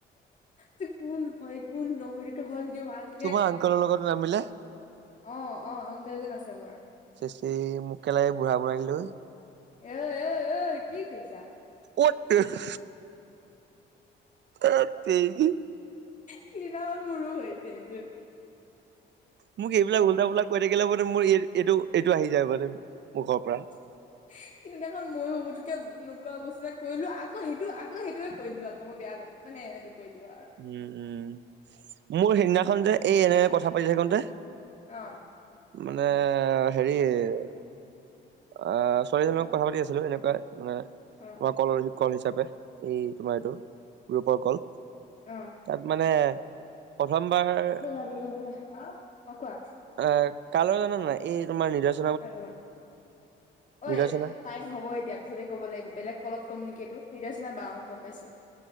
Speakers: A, on the left; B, on the right.
A: যে কোন হয় কোন নহয় তেটো হলগে বাছ-
B: তোমাৰ আংকলৰ লগত নামিলে।
A: অঁ অঁ আংকল এজন আছে মোৰ।
B: চেচেই মোক কেলা এই বুঢ়া বনাই দিলে ঐ।
A: এ ঐ ঐ কি কৈছা?
B: অট তেৰি, তেত তেৰী।
A: সিদিনাখন মোৰো হৈছে এইটো।
B: মোক এইবিলাক উল্টা পুল্টা কৈ থাকিলে মানে মোৰ এই এইটো এইটো আহি যায় মানে মুখৰ পৰা।
A: উ <unintelligible> সিদিনাখন ময়ো বুটুককে নোকোৱা বস্তু এটা কৰিলো আকৌ সেইটো আকৌ সেইটোৱে কৰিলো আকৌ মই বেয়া কথ- মানে সেইটো কৰি দিলো আৰ-
B: উম' উম' মোৰ সেইদিনাখন যে এই এনেকে কথা পাতি থাকনতে-
A: অঁ'
B: মানে হেৰি এ- আঁহ ছোৱালী এজনী লগত কথা পাতি আছিলো, এনেকুৱাই মানে-
A: অঁ'
B: কল কল হিচাপে, এই তোমাৰ এইটো, গ্ৰূপৰ কল।
A: অঁ'
B: তাত মানে- প্ৰথমবাৰ-
A: ব'লা ব'লা ব'লা, অ' কোৱা।
B: এঁ কাৰ লগত জানা নাই, এই তোমাৰ নিজছ-
A: কাৰ লগত, ঐ-
B: নিৰ্দেচনা
A: টাইম হ'ব এতিয়া পিছতে ক'ব লাগিব বেলেগ কলত কম নেকি এইটো, নিদ নিচিনা বা গম পাইছো।